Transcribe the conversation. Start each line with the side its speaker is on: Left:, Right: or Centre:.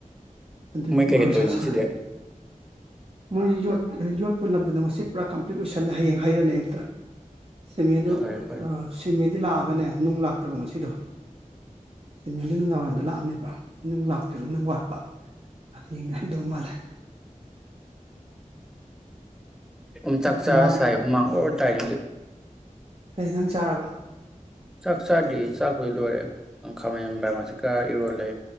Right: ꯑꯗꯨꯒꯤ
Centre: ꯃꯣꯏ ꯀꯩꯀꯩ
Right: ꯍꯧꯖꯤꯛ
Centre: ꯇꯧꯔꯤꯅꯣ ꯉꯁꯤꯗꯤ
Right: ꯁꯥ ꯃꯣꯏ ꯌꯣꯠ ꯌꯣꯠ ꯄꯨꯂꯝꯕꯗꯣ ꯉꯁꯤ ꯄꯨꯔꯥ ꯀꯝꯄ꯭ꯂꯤꯠ ꯂꯣꯏꯁꯤꯜꯂꯦ ꯍꯌꯦꯡ ꯍꯩꯔꯅꯤ ꯑꯌꯨꯛꯇ ꯁꯤꯃꯦꯟꯗꯨ
Centre: ꯐꯔꯦ ꯐꯔꯦ
Right: ꯑꯥ ꯁꯤꯃꯦꯟꯗꯤ ꯂꯥꯛꯑꯒꯅꯦ ꯅꯨꯡ ꯂꯥꯛꯇꯦ ꯐꯠꯇꯕ ꯉꯁꯤꯗꯣ ꯁꯤꯃꯦꯟꯗꯨ ꯅꯨꯡꯗꯥꯡ ꯋꯥꯏꯔꯝꯗ ꯂꯥꯛꯑꯝꯃꯦꯕ ꯅꯨꯡ ꯂꯥꯛꯇ꯭ꯔꯤꯕ ꯅꯨꯡ ꯋꯥꯠꯄ ꯍꯌꯦꯡꯗ ꯍꯩꯗꯧ ꯃꯥꯜꯂꯦ
Centre: ꯎꯝꯆꯥꯛ
Right: ꯍꯨꯃꯥꯡꯅ
Centre: ꯆꯥꯑꯒ ꯁꯥꯏꯕ ꯍꯨꯃꯥꯡ ꯑꯣꯔ ꯑꯣꯔ ꯇꯥꯏ ꯉꯁꯤ
Right: ꯀꯩ ꯏꯟꯁꯥꯡ ꯆꯥꯔꯕ
Centre: ꯆꯥꯛ ꯆꯥꯗꯦ ꯆꯥꯛꯄꯨꯗꯤ ꯂꯣꯏꯔꯦ ꯈꯥꯃꯦꯟ ꯄꯥꯔꯃꯁꯤꯀ ꯏꯔꯣꯜꯂꯦ